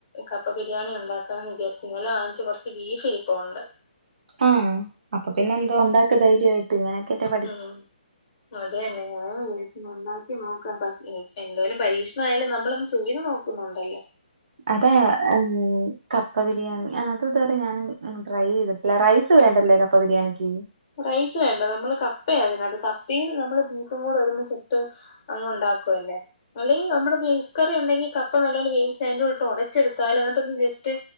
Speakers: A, on the left; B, on the right.
A: കപ്പ ബിരിയാണി ഒണ്ടാക്കാന്ന് വിചാരിച്ച്, ഇന്നലെ വാങ്ങിച്ച കൊറച്ച് ബീഫ് ഇരിപ്പുണ്ട്.
B: ആഹ്, അപ്പൊ പിന്നെ എന്താ ഒണ്ടാക്ക് ധൈര്യായി ട്ടിങ്ങനെക്കെ പഠി
A: ആഹ്, അതെന്നെ ഞാനും വിജാരിച്ച് ഒന്ന് ഉണ്ടാക്കി നോ ക്ക, പ എ എന്തായാലും പരീക്ഷണം ആയാലും നമ്മളൊന്ന് ചത് നോക്കുന്നൊണ്ടല്ലോ.
B: അതാ ഉം കപ്പ ബിരിയാണി, അത് ഇതുവരെ ഞാൻ ട്രൈ ചെയ്തിട് ട്ടില്ല. റൈസ് വേണ്ടല്ലേ കപ്പ ബിരിയാണിക്ക്?
A: റൈസ് വേണ്ട, നമ്മള് കപ്പയ അതിനകത്ത്, കപ്പയും നമ്മള് ബീഫും കൂടെ ഒരുമിച്ച് ഇ ട്ട് അങ്ങ് ഉണ്ടാക്കുവല്ലേ. അല്ലെങ്കില് നമ്മള് ബീഫ് കറി ഉണ്ടെങ്കി, കപ്പ നല്ല പോലെ വേവിച്ച് അയിന്റൂടെട്ട് ഒടച്ചെടുത്താല് എന്നിട്ടൊന്ന് ജസ്റ്റ്